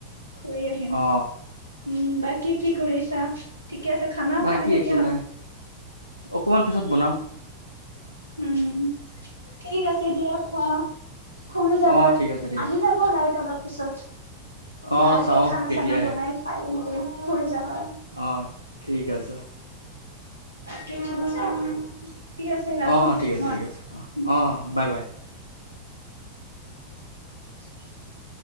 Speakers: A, on the right; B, on the left.
A: ঘূৰি আহিম
B: অ
A: উম বাকী কি কৰিছা ঠিকে আছে খানা
B: বাকী
A: খানা কেতিয়া
B: একো
A: খাবা
B: নাই অকমান পিছত বনাম
A: উম ঠিক আছে দিয়া খোৱা শুইণযাবা
B: অ ঠিক আছে ঠিক
A: আহি
B: আছে
A: যাব লাইট অলপ পিছত
B: অ
A: ভালকে
B: চাও
A: খানা
B: কেতিয়া
A: চানা
B: আহে
A: বনাই খাই মেলি শুই যাবা
B: অ' ঠিক আছে।
A: <unintelligible> ঠিক আছে, ৰাখো
B: অ অ ঠিক আছে
A: মই।
B: ঠিক আছে অ অ বাই বাই
A: <inaudible>